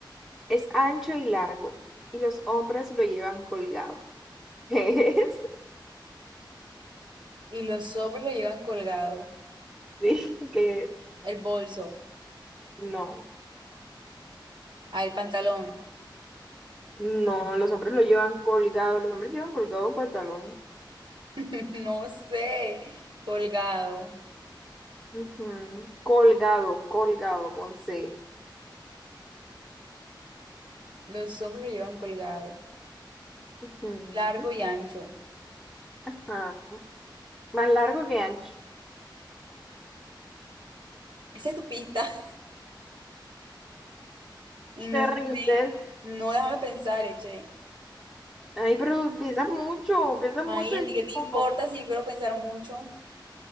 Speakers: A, in the centre; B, on the right.
A: Es ancho y largo, y los hombres lo llevan colgado. <laughs> ¿Qué es?
B: y los hombres lo llevan colgado.
A: Sí, ¿qué es?
B: El bolso.
A: No,
B: Ah, el pantalón.
A: no, los hombres lo llevan colgado, los hombres llevan colgado un pantalón.
B: <laughs> No sé. Colgado.
A: Ujú. Colgado, colgado, con C.
B: Los hombres lo llevan colgado.
A: Ujú.
B: Largo y ancho.
A: Ajá. Más largo que ancho.
B: Esa es tu pista. <laughs> Y no
A: Te rindes.
B: sé. No déjame pensar, eh, che.
A: Ay, pero pesas mucho, pesas
B: Ay,
A: mucho,
B: ¿a
A: dices
B: ti qué te importa
A: poco.
B: si yo quiero pensar mucho?